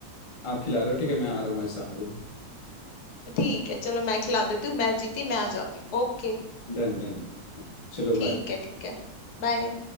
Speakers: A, on the left; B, on the left.
A: आप खिला रहे हो ठीक है मैं आ रहा हूँ आज शाम को
B: ठीक है चलो मैं खिला देती हूँ मैं जीती मैं आ जाती हूँ ओके
A: Done done चलो
B: ठीक
A: बाय
B: है ठीक है बाय